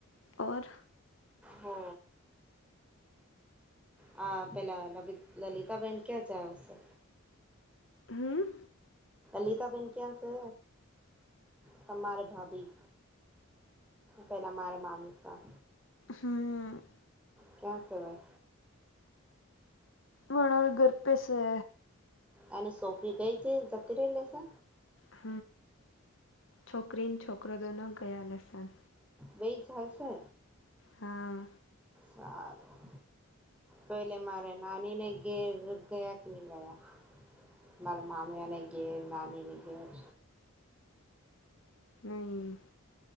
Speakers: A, on the left (about 65°); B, in the centre.
A: આવર
B: હો હા પહેલાં લલિતાબેન ક્યાં જાયશે
A: હમ
B: લલિતાબેન ક્યાં છે તમારે ભાભી પેલા મારે મામીસા
A: હું
B: ક્યાં સવાય
A: માણલ ગરપ્ય છે
B: અને સોપરી ગઈ છે જતી રહી લેશે
A: હ છોકરીને છોકરો દો ન ગયા લેસન
B: બેાઈ જ હશે
A: હા
B: સારું પેલે મારે નાનીને ઘેર ગયા કે નહીં ગયા મારા મામ્યાને ઘેર નાનીને ઘેર
A: નહી